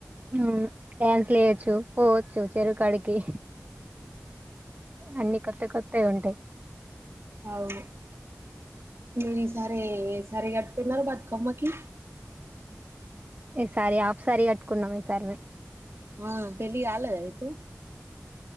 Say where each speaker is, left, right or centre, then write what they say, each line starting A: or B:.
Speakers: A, on the right (about 35°); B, on the right (about 55°).
A: అవును ట్రాన్స్‌లేట్ చో పోవోచ్చు చెరువ్ కాడికి అన్ని కొత్త కొత్తయి ఉంటాయి <inaudible>
B: అవు మీది సరే సరిగా వెళ్లేరా బతుకమ్మకి
A: ఈసారి హాఫ్ శారీ కట్టుకున్నాం ఈ సారి
B: ఆ పెళ్ళి కాలేదా మీకు